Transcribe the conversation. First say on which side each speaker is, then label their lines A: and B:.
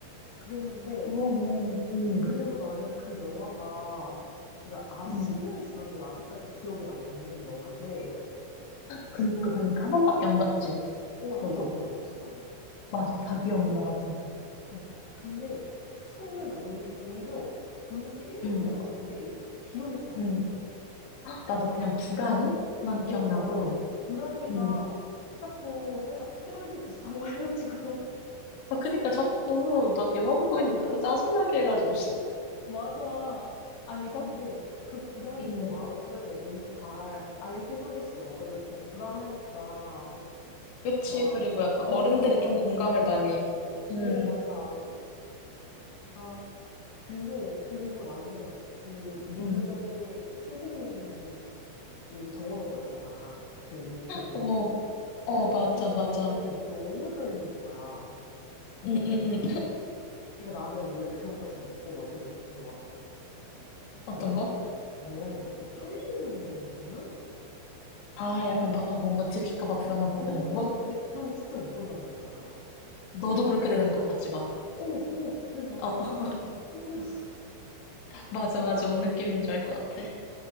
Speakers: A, on the left; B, on the left.
A: 그랬는데
B: 그러네. 음,
A: 그래서 나는 그 영화가 그러니까 아직
B: 음.
A: 10년이 지났는데 아직까지 기억에 남는 영화인데
B: 그니까,
A: 투
B: 그니까. 한 번밖에 안 봤지,
A: 어, 한
B: 너도.
A: 번밖에 안 봤어 나는.
B: 맞아, 다 기억 안 나, 나도.
A: 어. 근데 투는 오히, 오히려 본 지 1년도
B: 음,
A: 안 됐는데 기억이 잘 안
B: 음.
A: 나.
B: 나도 그냥 불안이만
A: 어,
B: 기억나고,
A: 맞아. 구란이가
B: 음.
A: 자꾸 살짝 트롤즈 비슷한 거 <laughs> 해가지고.
B: 아, 그니까 자꾸, 나 영화 보고 있는데 자꾸 짜증나게 해가지고, 진짜.
A: <laughs> 맞아. 아니, 근데
B: 어?
A: 그 불안이의
B: 음,
A: 마음을 너무 잘 알긴 하겠어. 막, 이렇게 막 불안하니까,
B: 그치.
A: 막,
B: 그리고 약간
A: 이것도
B: 어른들이
A: 하고
B: 좀
A: 저것도
B: 공감을
A: 하고.
B: 많이, 음,
A: 오 맞아. 아, 근데, 그리고 나는 그 몰래
B: 음.
A: 선생님이 적어놓은 거 있잖아. 그 노트.
B: 어, 어,
A: 그거
B: 맞아,
A: 보는 장면이
B: 맞아.
A: 너무 떨리는 거야.
B: 음, 음, 음.
A: 그러니까 나는 원래 그런 거 잘 못 보거든. 이렇게 막,
B: 어떤
A: 어,
B: 거?
A: 뭐라 해야 되지? 이렇게 쫄리는 부분?
B: 아, 약간 막, 어, 뭔가 들킬까 봐 불안하고
A: 오,
B: 약간 이런
A: 오.
B: 거?
A: 근데 그런 거 진짜 못 본단 말이야.
B: 너도 그렇게 되는 것 같지, 막.
A: 오, 오. 그래서 난
B: 어,
A: 그게
B: <laughs>
A: 너무 힘들었어.
B: 어, 맞아, 맞아. 뭔 느낌인 줄 알 것 같아.